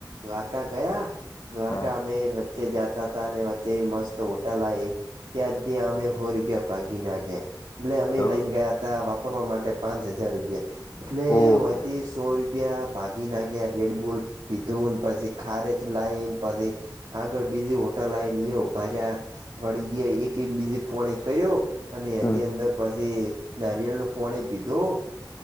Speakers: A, on the right; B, on the left.
A: દ્વારકા ગયા દ્વારકા
B: હા
A: અમે વચે જતા હતા અને વચ્ચે મસ્ત હોટલ આઈ ત્યાં ત્યાં આમે હો રૂપિયા ભાગી નાખ્યા. એટલે અમે
B: તો
A: લઈને ગયા હતા વાપરવા માટે પાંચ હજાર રૂપિયા એટલે
B: ઓહો
A: તે સો રૂપિયા ભાગી નાખ્યા રેડ બોલ પીધોને પછી ખારેજ લાઈન પછી આગળ બીજી હોટાલ આવી એ ઊભા રયા વળી એક બીજી પોણી કર્યો અને
B: હમ
A: એની અંદર પછી નારિયેળ નું પોણી પીધું.